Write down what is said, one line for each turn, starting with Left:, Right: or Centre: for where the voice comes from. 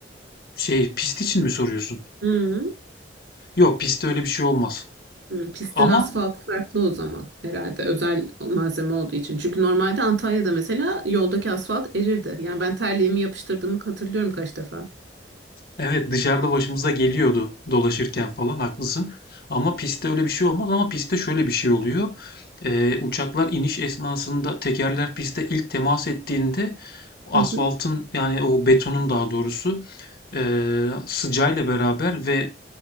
Left: şey pist için mi soruyorsun?
Right: Hı.
Left: Yok pistte öyle bir şey olmaz.
Right: Hı, Pistin
Left: Ama
Right: asfaltı farklı o zaman herhalde özel malzeme olduğu için. Çünkü normalde Antalya'da mesela yoldaki asfalt erirdi. Yani ben terliğimi yapıştırdığımı hatırlıyorum kaç defa.
Left: Evet dışarıda başımıza geliyordu dolaşırken falan haklısın. Ama pistte öyle bir şey olmaz ama pistte şöyle bir şey oluyor. Ee, uçaklar iniş esnasında tekerler pistte ilk temas ettiğinde asfaltın
Right: Hı hı.
Left: yani o betonun daha doğrusu ee, sıcağıyla beraber ve